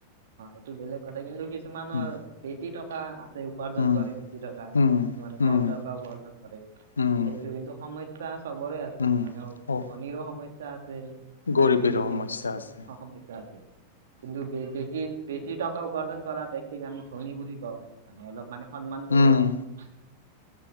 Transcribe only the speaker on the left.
উম
উম
উম,
উম,
উম,
উম,
হ
গৰীবেৰো
সমস্যা
আছে।
উম।